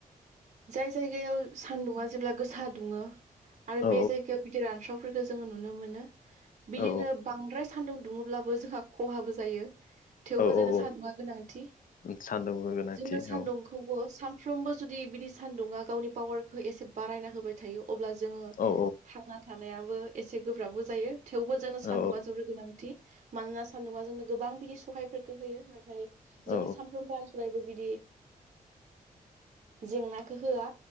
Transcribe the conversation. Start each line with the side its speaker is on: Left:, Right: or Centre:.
Right: जाय जायगायाव सानदुङा जेब्ला गोसा दुङो आरो
Left: औ
Right: बे जायगायाव गिदिर रानस्राव जों नुनो बिदिनो
Left: औ
Right: बांद्राय सान्दुं दुङोब्लाबो जोंहा खहाबो जायो। थेवबो
Left: औ
Right: जोंनो
Left: औ औ
Right: सान्दुंङा गोनांथि
Left: सान्दुंनि गोनांथि
Right: जोंनो सान्दुं
Left: औ
Right: खौबो सानफ्रोमबो जुदि बिदि सान्दुङा गावनि पावारखौ एसे बारायना होबाय थायो। अब्ला जोङो
Left: औ
Right: थांना थानायाबो एसे गोब्राबबो जायो। थेवबो जोङो सान्दुंआ
Left: औ
Right: जोबोर गोनांथि। मानोना सान्दुंङा जोंनो गोबां बिदि सहायफोरखौ होयो नाथाय जोङो
Left: औ
Right: सामफ्रोमबो आसरायबो बिदि जेंनाखौ होआ